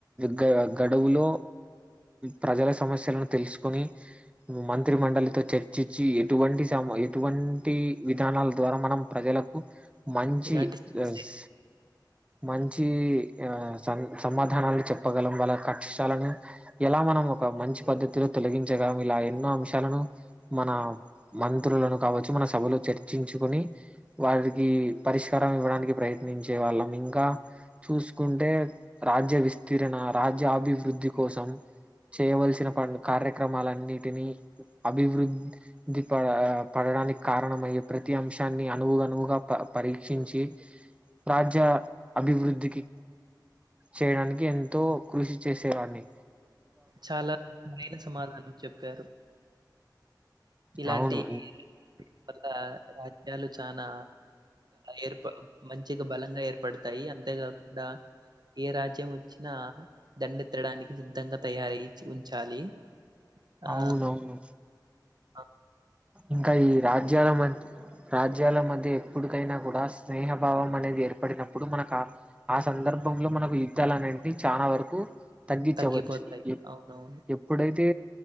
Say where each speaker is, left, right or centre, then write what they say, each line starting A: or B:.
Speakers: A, on the right (about 15°); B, on the right (about 65°).
A: గ గడువులో ప్రజల సమస్యలను తెలుసుకొని మంత్రి మండలితో చర్చిచ్చి ఎటువంటి సమ ఎటువంటి విధానాల ద్వారా మనం ప్రజలకు మంచి
B: ఇలాంటి
A: చెస్
B: స-
A: మంచి ఆ స సమాధానాలు చెప్పగలం వాళ్ళ కక్షాలను ఎలా మనం ఒక మంచి పద్దతిలో తొలగించగా ఇలా ఎన్నో అంశాలను మన మంత్రులను కావచ్చు మన సభలో చర్చించుకుని వారికి పరిష్కారం ఇవ్వడానికి ప్రయత్నిం చే వాళ్ళం ఇంకా చూసుకుంటే రాజ్య విస్తీరణ రాజ్యాభివృద్ధి కోసం చేయవలసిన పన్ కార్యక్రమాలన్నిటినీ అభివృద్ధి పడ పడ డానికి కారణమయ్యే ప్రతి అంశాన్ని అనువు అనువుగా ప పరీక్షించి రాజ్య అభివృద్ధికి చేయడానికి ఎంతో కృషి చేసేవాన్ని
B: చాలా సరైన సమాధానం చెప్పారు. ఇలాంటి
A: అవును
B: <unintelligible> ఒక రాజ్యాలు చానా ఏర్ప మంచిగా బలంగా ఏర్పడతాయి అంతేకాకుండా ఏ రాజ్యం వచ్చినా దండెత్తడానికి సిద్ధంగా తయారై చ్చి ఉంచాలి. ఆ
A: అవునవును.
B: ఆ
A: ఇంకా ఈ రాజ్యాల మద్ రాజ్యాల మధ్య ఎప్పుటికైనా కూడా స్నేహభావం అనేది ఏర్పడినప్పుడు మనకు ఆ సందర్ సందర్భ లో మనకు యుద్ధాలు అన్నింటి చాలా వరకు తగ్గించవచ్చు
B: తగ్గిపోతాయి.
A: ఎ
B: అవునవును.
A: ఎప్పుడైతే తే